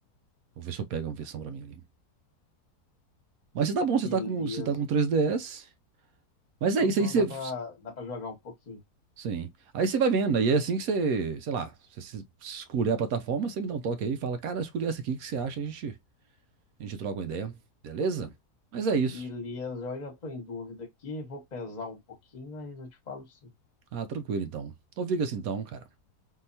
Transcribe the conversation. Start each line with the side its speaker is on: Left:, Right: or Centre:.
Right: Vou ver se eu pego uma versão pra mim ali. Mas você tá bom, você
Left: beleza.
Right: tá com, você tá com 3DS. Mas
Left: Tô,
Right: é isso
Left: tô,
Right: aí, você.
Left: dá pra, dá pra jogar um pouquinho.
Right: Sim. Aí você vai vendo, aí é assim que você, sei lá, você se- escolher a plataforma, você me dá um toque aí e fala, cara, escolhi essa aqui, o que você acha? A gente, a gente troca uma ideia, beleza? Mas é
Left: Beleza,
Right: isso.
Left: eu ainda tô em dúvida aqui, vou pesar um pouquinho, mas eu te falo sim.
Right: Ah, tranquilo então. Então fica assim então, cara.